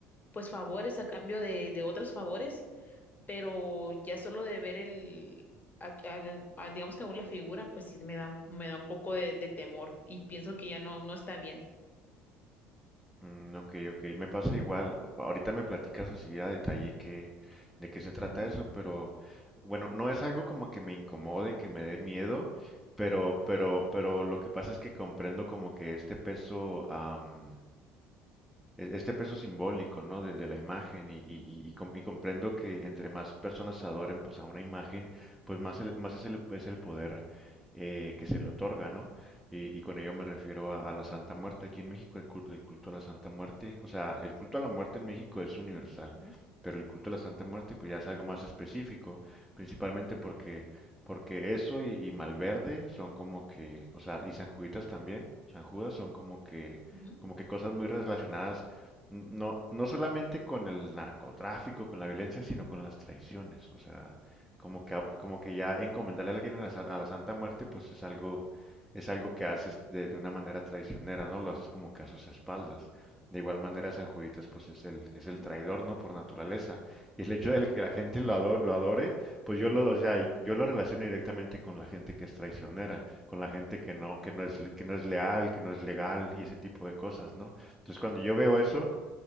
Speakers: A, on the left (about 25°); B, in the centre.
A: pues favores a cambio de, de otros favores pero ya solo de ver el, a- a- a- digamos que aún la figura, pues sí me da, me da un poco de, de temor y pienso que ya no, no está bien.
B: Mm, ok, ok, me pasa igual. Ahorita me platicas así a detalle que, de qué se trata
A: Ujú,
B: eso, pero bueno, no es algo como que me incomode, que me dé miedo, pero, pero, pero lo que pasa es que comprendo como que este peso, am, e- este peso simbólico, ¿no? De, de la imagen y, y- y- y com- y comprendo que entre más personas adoren pues a una imagen, pues más, el- más es el, es el poder eh, que se le otorga, ¿no? Y, y con ello me refiero a, a la Santa Muerte aquí en México, el, cul- el culto a la Santa Muerte, o sea, el culto a la muerte en México es universal,
A: ujú,
B: pero el culto a la Santa Muerte pues ya es algo más específico, principalmente porque, porque eso y, y Malverde son como que, o sea, y San Juditas también, San Judas son como que
A: ujú,
B: como que cosas muy relacionadas no, no solamente con el narcotráfico, con la violencia, sino con las traiciones. O sea, como que, hab- como que ya encomendarle a alguien a la, sa- a la Santa Muerte, pues es algo, es algo que haces de, de una manera traicionera, ¿no? Lo haces como que a sus espaldas. De igual manera, San Juditas, pues es el, es el
A: ujú.
B: traidor, ¿no? Por naturaleza. Y el hecho de que la gente lo adore, lo adore, pues yo lo, o sea, yo lo relaciono directamente con la gente que es traicionera, con la gente que no, que no es, le- que no es leal, que no es legal y ese tipo de cosas, ¿no? Entonces, cuando yo veo
A: Sí,
B: eso,